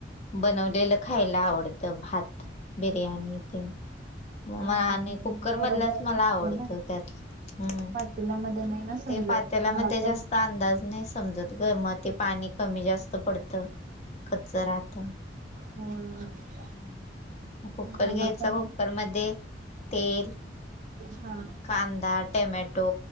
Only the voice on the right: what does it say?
हा
बरोबर
शिजतय
ना
<unintelligible> नाही. ना समजत
मला
पण
होय.
मला
पण
हा